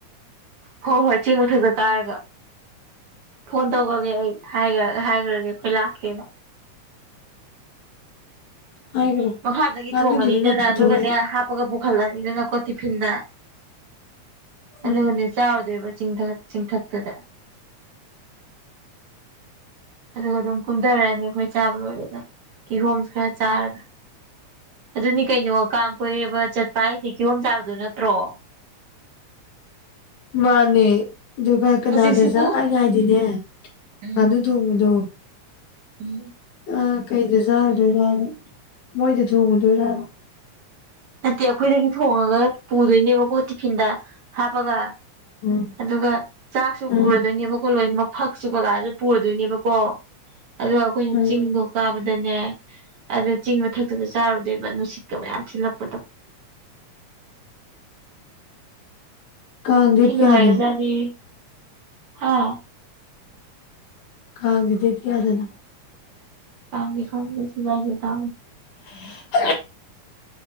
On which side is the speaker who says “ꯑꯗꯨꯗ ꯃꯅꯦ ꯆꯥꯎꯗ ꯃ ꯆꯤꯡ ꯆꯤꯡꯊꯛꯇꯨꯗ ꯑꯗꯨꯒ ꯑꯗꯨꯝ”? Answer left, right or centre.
Right